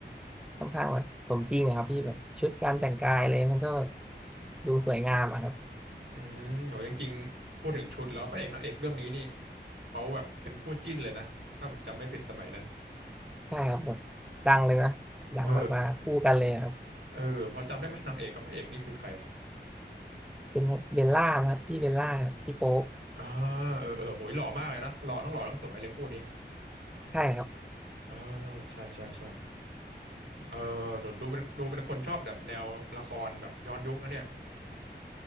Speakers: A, in the centre; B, on the right.
A: ค่อนข้างแบบสมจริงอะครับพี่แบบชุดการแต่งกายเลยมันก็ดูสวยงามอะครับ
B: อืมโหจริงๆพูดถึงชุดแล้วพระเอกนางเอกเรื่องนี้นี่เขาแบบเป็นคู่จิ้นเลยนะถ้าผมจำไม่ผิดสมัยนั้น
A: ใช่ครับแบบดังเลยนะดังแบบว่าคู่กันเลยครับ
B: เออเออพอจำได้ไหมนางเอกกับพระเอกนี่คือใคร
A: เป็นเบลล่าครับพี่เบลล่ากับพี่โป๊ป
B: อ่าเออเออโหยหล่อมากเลยนะหล่อทั้งหล่อทั้งสวยเลยคู่นี้
A: ใช่ครับ
B: อ่าใช่ใช่ใช่ เออดูดูเป็นดูเป็นคนชอบแบบแนวละครแบบย้อนยุคนะเนี่ย